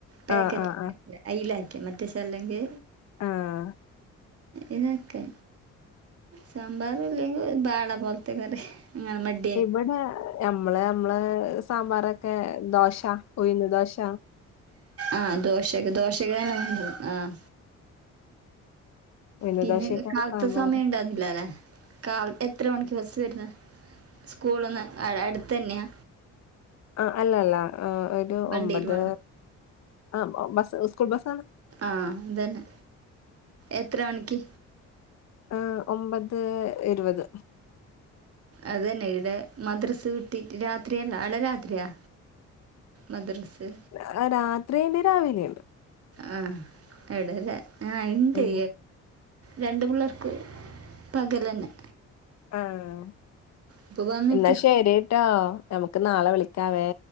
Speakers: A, on the right; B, on the left.
A: പാക്കറ്റ്
B: ആഹ് ആഹ് ആഹ്
A: ല്ലേ അയിലക്കിയേ മറ്റേ ചേലങ്
B: ആഹ്
A: ഇതൊക്കെ സാമ്പാറില്ലെങ്കി ബാള പോലത്തെ കറി <unintelligible>
B: ഇവടെ ഞമ്മളെ ഞമ്മളെ സാമ്പാറൊക്കെ ദോശ ഉഴുന്ന് ദോശ
A: ആഹ് ദോശക്കെ ദോശക്കെ തന്നെ ഉണ്ട് ആഹ്
B: ഉഴുന്ന്
A: പിന്നെ
B: ദോശക്കാണ്
A: കാലത്ത്
B: സാമ്പാറ്
A: സമയം ണ്ടാർന്നില്ല ലേ കാൽ എത്ര മണിക്ക് ബസ് വരുന്നേ സ്കൂളിന്ന് അടു അടുത്തന്നെയാ
B: ആഹ് അല്ല അല്ല ഒരു
A: വണ്ടിയിൽ
B: ഒമ്പത്
A: പോകണം
B: ആഹ് ബസ്സ് സ്കൂൾ ബസ്സാ
A: ആഹ് അതന്നെ എത്ര മണിക്ക്
B: ആഹ് ഒമ്പത് ഇരുവത്
A: അതന്നെ ഇടെ മദ്രസ് വിട്ടിട്ട് രാത്രിയന്നാ അടെ രാത്രിയാ മദ്റസ്
B: ആഹ് രാത്രിണ്ട് രാവിലെണ്ട്
A: ആഹ് എടെല്ല ആഹ് ഇണ്ടേ
B: ഉം
A: രണ്ട് പിള്ളേർക്ക് പകലന്നെ
B: ആഹ്
A: ഇപ്പൊ വന്നിട്ട്
B: എന്നാ ശരിട്ടോ നമുക്ക് നാളെ വിളിക്കാവേ